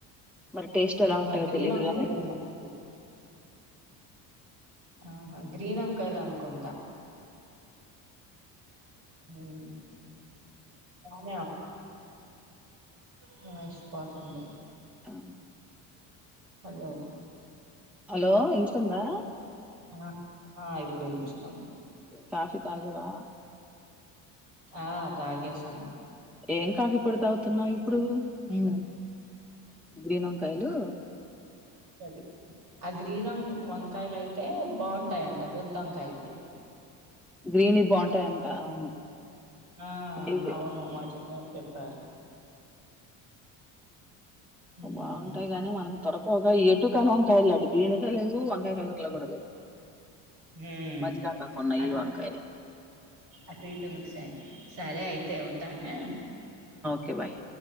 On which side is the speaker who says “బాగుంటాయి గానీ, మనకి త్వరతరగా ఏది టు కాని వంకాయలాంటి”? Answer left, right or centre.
Centre